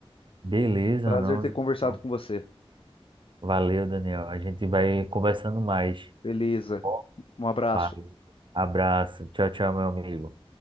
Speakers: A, on the right; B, on the left.
A: Beleza,
B: Prazer
A: não.
B: ter
A: Zé.
B: conversado
A: então,
B: com você.
A: Valeu, Daniel. A gente vai conversando mais.
B: Beleza.
A: tá bom?
B: Um abraço.
A: Valeu. Abraço. Tchau, tchau, meu amigo.